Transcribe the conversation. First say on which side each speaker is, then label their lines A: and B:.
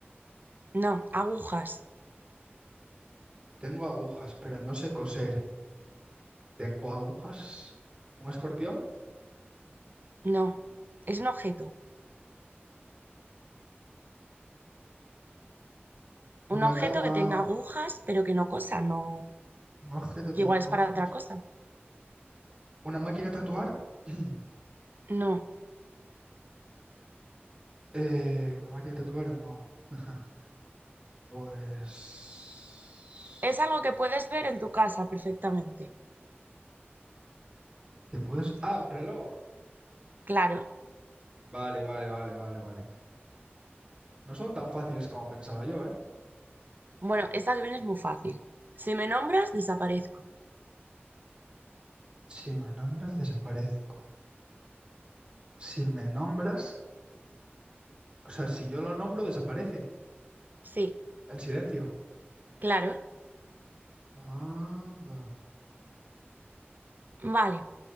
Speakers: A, on the right (about 50°); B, on the right (about 25°).
A: No, agujas.
B: tengo agujas, pero no sé coser. Tengo agujas, un escorpión,
A: No. Es un objeto.
B: una
A: Un objeto
B: cama,
A: que tenga agujas, pero que no cosa, no.
B: un objeto
A: Que
B: que
A: igual
B: tiene
A: es
B: agujas,
A: para otra cosa.
B: una máquina de tatuar. <clears throat>
A: No.
B: Eh, una máquina de tatuar, no. <laughs> Pues...
A: Es algo que puedes ver en tu casa perfectamente.
B: ¿Te puedes? Ah, un reloj.
A: Claro.
B: Vale, vale, vale, vale, vale. No son tan fáciles como pensaba yo, ¿eh?
A: Bueno, esta que viene es muy fácil. Si me nombras, desaparezco.
B: Si me nombras, desaparezco. Si me nombras, o sea, si yo lo nombro, desaparece.
A: Sí,
B: El silencio.
A: claro.
B: Anda.
A: Vale.